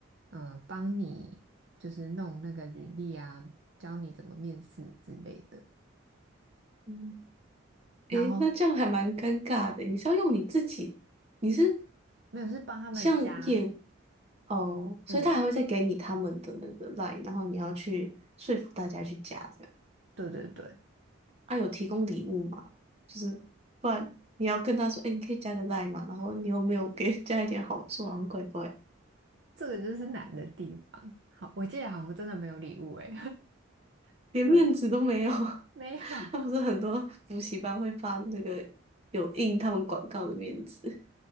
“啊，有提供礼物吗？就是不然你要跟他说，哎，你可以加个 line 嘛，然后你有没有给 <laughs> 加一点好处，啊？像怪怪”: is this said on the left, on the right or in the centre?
Right